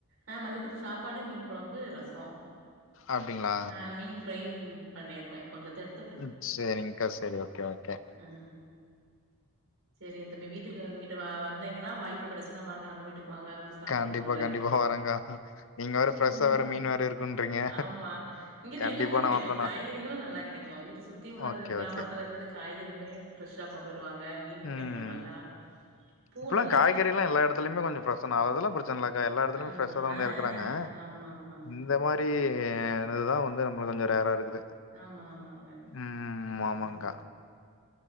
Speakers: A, on the right (about 65°); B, on the left (about 60°).
A: ஆ மதியத்துக்கு சாப்பாடு மீன் கொழம்பு ரசோ
B: அப்டிங்களா
A: அ மீன் ஃப்ரையும் பண்ணிறுவே கொஞ்சத்த எடு
B: ம் சேரிங்க்கா சேரி ஓகே ஓகே
A: அ சேரிங்க தம்பி வீட்டுக்கு இங்கிட்டு வ வந்தீங்கன்னா வாய்ப்பு கெடைச்சுனா வாங்க நம்ம வீட்டுக்கு வாங்க வந்து சாப்டு
B: கண்டிப்பா
A: போங்க
B: கண்டிப்பா வரேங்கா நீங்க வேற ஃப்ரெஷ்ஷா
A: ஒன்னுல்ல
B: வேற மீன் வேற இருக்குன்றீங்க
A: ஆமா இங்கிட்டு
B: கண்டிப்பா
A: எல்லாமே கெடை
B: நா
A: க்கு
B: வந்தண்ணா
A: காய்கறிகளு நல்லா கெடைக்கு இங்கிட்டு சுத்தி உள்ள
B: ஓகே
A: கி கிராமத்துல
B: ஓகே
A: இருந்து காய்கறியுமே ஃப்ரெஷ்ஷா கொண்டு வருவாங்க மீன்
B: ம்
A: கெடைக்கு நல்லா பூ
B: இப்பல்லா
A: நல்லா
B: காய்கறி
A: கெடைக்கு
B: எல்லா எல்லா எடத்துலையுமே கொஞ்சோ பிரெச்சன அதெல்லா புடி ச்சன இல்லக்கா எல்லா எடத்துலுமே
A: ஆமா
B: ஃபிரெஷா தா வந்து
A: ஆ
B: எறக்கிறாங்க
A: ஆமா ஆமா
B: இந் த மாரி இதுதா வந்து நம்மளுக்கு கொஞ்சோ ரேரா இருக்குது
A: ஆமா ஆமாங்க
B: ம்
A: ஹ
B: ஆமாங்கா